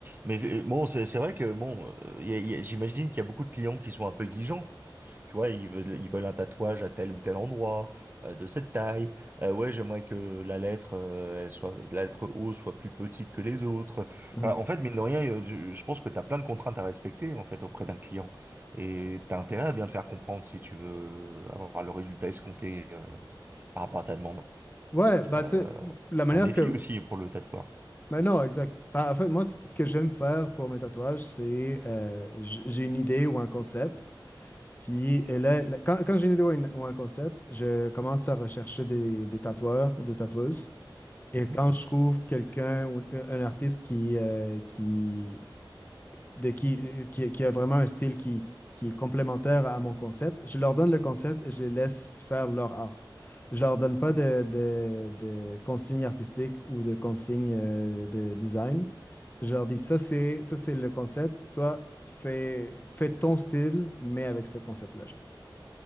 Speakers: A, on the right (about 25°); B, on the left (about 20°).
A: Mais c'est- bon, c'est c'est vrai que bon, euh, il y a- il y a- j'imagine qu'il y a beaucoup de clients qui sont un peu exigeants. Tu vois, ils veulent, ils veulent un tatouage à tel ou tel endroit, euh, de cette taille. Euh, ouais, j'aimerais que la lettre, euh, elle soit, la lettre O soit plus petite que les autres.
B: Mhm.
A: Enfin, en fait, mine de rien, euh, je je pense que tu as plein de contraintes à respecter, en fait, auprès d'un client. Et tu as intérêt à bien te faire comprendre si tu veux avoir le résultat escompté, euh, par rapport à ta demande.
B: Ouais, bah,
A: Euh,
B: tu sais, la
A: c'est
B: manière
A: un défi
B: que.
A: aussi pour le tatoueur.
B: Mais non, exact. Bah, en fait, moi, c- ce que j'aime faire pour mes tatouages, c'est euh, j- j'ai une idée ou un concept. Puis et là, là, quand, quand j'ai une idée ou, une- ou un concept, je commence à rechercher des, des tatoueurs ou des tatoueuses. Et
A: Mhm.
B: quand je trouve quelqu'un ou un, un artiste qui, euh, qui, de qui, qui, qui a vraiment un style qui, qui est complémentaire à mon concept, je leur donne le concept et je les laisse faire leur art. Je leur donne pas de, de, de consignes artistiques ou de consignes euh, de design. Je leur dis, ça c'est, ça c'est le concept, toi fais, fais ton style, mais avec ce concept-là.